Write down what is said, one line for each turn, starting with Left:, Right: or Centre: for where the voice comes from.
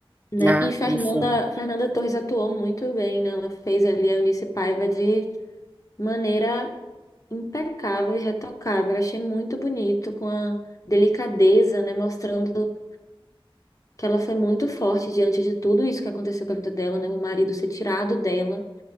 Left: né?
Right: Na,
Left: E Fernanda,
Right: no filme.
Left: Fernanda Torres atuou muito bem, né? Ela fez ali a Eunice Paiva de maneira impecável e retocável. Eu achei muito bonito, com a delicadeza, né? Mostrando que ela foi muito forte diante de tudo isso que aconteceu com a vida dela, né? O marido ser tirado dela.